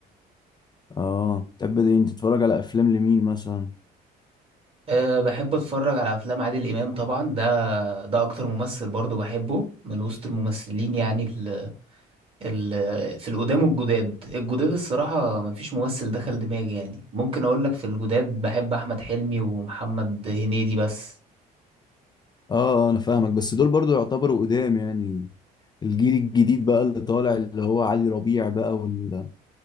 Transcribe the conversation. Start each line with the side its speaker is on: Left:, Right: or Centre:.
Left: اه تحب دي انت تتفرج على افلام لمين مثلا
Right: أه بحب اتفرج على افلام عادل امام طبعا ده ده اكتر ممثل برضو بحبه من وسط الممثلين يعني ال ال في القدام والجداد الجداد الصراحة مفيش ممثل دخل دماغي يعني ممكن اقول لك في الجداد بحب احمد حلمي ومحمد هنيدي بس
Left: اه آه، انا فاهمك بس دول برضو يعتبروا قدام يعني الجيل الجديد بقى اللي طالع اللي هو علي ربيع بقى وال...